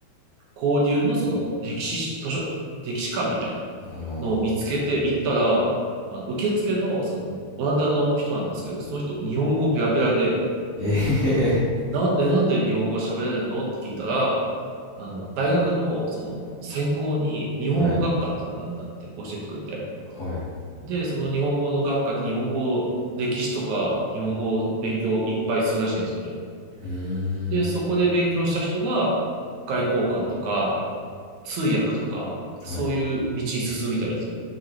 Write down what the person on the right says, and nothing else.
交流のその歴史図書、歴史館みたいな
のを見つけて行ったら、あの受付のそのオランダの人なんですけど、その人日本語ペラペラで、
なんで、なんで日本語喋れるのって聞いたら、あの、大学のその専攻に日本語学科っていうのがあるんだって教えてくれて。
で、その日本語の学科で日本語、歴史とか日本語を勉強いっぱいするらしいんですよね。
で、そこで勉強した人が外交官とか、通訳とか、そういう道に進みたいですよ。